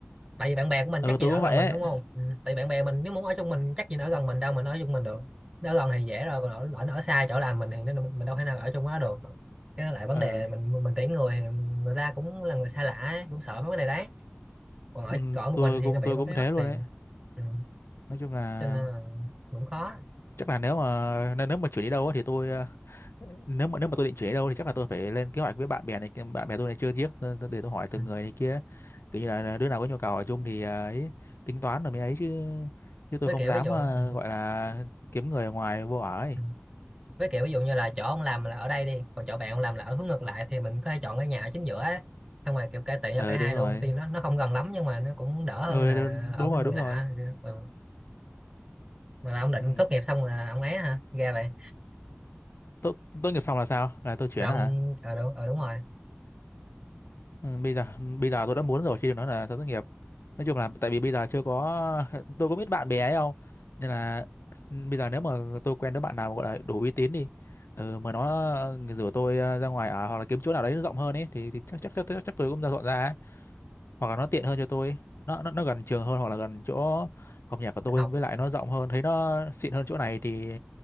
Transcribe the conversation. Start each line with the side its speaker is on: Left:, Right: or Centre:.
Right: tại vì bạn bè của mình
Left: Ừ
Right: chắc gì
Left: tôi
Right: ở
Left: cũng
Right: gần
Left: vậy
Right: mình
Left: ấy.
Right: đúng không ừ. tại vì bạn bè mình nếu muốn ở chung mình chắc gì nó ở gần mình đâu mình ở chung mình được nó ở gần thì dễ rồi còn ở, ở, nó ở xa chỗ làm mình thì nó- mình đâu thể nào ở chung nó được cái đó lại vấn
Left: Ừ,
Right: đề mình mình tuyển người thì người ta cũng là người xa lạ ấy, cũng sợ mấy cái này đấy còn ở
Left: ừ
Right: còn ở một
Left: tôi
Right: mình thì
Left: cũng
Right: nó bị
Left: tôi
Right: một
Left: cũng
Right: cái
Left: thế
Right: mắc
Left: luôn
Right: tiền
Left: ấy.
Right: ừ.
Left: Nói chung là
Right: cho nên là cũng khó
Left: chắc là nếu mà nếu nếu mà chuyển đi đâu á thì tôi ờ, nếu mà nếu mà tôi định chuyển đi đâu thì chắc là tôi phải lên kế hoạch với bạn bè này kia- bạn bè tôi này chưa chiếc để tôi hỏi từng
Right: ừ.
Left: người này kia kiểu như là ờ, đứa nào có nhu cầu ở chung thì ờ, ấy tính toán rồi mới ấy chứ chứ tôi
Right: với
Left: không
Right: kiểu
Left: dám
Right: ví dụ
Left: ờ,
Right: ừ.
Left: gọi là kiếm người ở ngoài vô ở ấy
Right: Ừ. với kiểu ví dụ như là chỗ ông làm là ở đây đi còn chỗ bạn ông làm là ở hướng ngược lại thì mình có thể chọn cái nhà ở chính giữa ấy. xong rồi kiểu cải tiện
Left: ờ
Right: cho cả
Left: đúng
Right: hai
Left: rồi
Right: luôn tuy nó nó không gần lắm nhưng mà nó cũng đỡ
Left: ờ
Right: hơn là
Left: đúng đúng
Right: ở với
Left: rồi
Right: người
Left: đúng
Right: lạ
Left: rồi
Right: ừ. mà là ông định
Left: ừ.
Right: tốt nghiệp xong là ông ấy hả ra vậy
Left: tốt tốt nghiệp xong là sao là tôi chuyển
Right: là ông
Left: hả
Right: ờ đúng, ờ, đúng rồi
Left: Ừ, bây giờ bây giờ tôi đã muốn rồi khi nó là thất nghiệp nói chung là tại vì bây giờ chưa có <laughs> tôi có biết bạn bè ấy không nên là ừ, bây giờ nếu mà tôi quen đứa bạn nào gọi là đủ uy tín đi ừ, mà nó ờ, rủ tôi ờ, ra ngoài ở hoặc là kiếm chỗ nào đấy nó rộng hơn ấy thì, thì chắc, chắc chắc chắc tôi cũng ra dọn ra ấy. hoặc là nó tiện hơn cho tôi nó nó nó gần trường hơn hoặc là gần chỗ học nhạc của tôi
Right: định học
Left: với lại
Right: Ờ.
Left: nó rộng hơn thấy nó xịn hơn chỗ này thì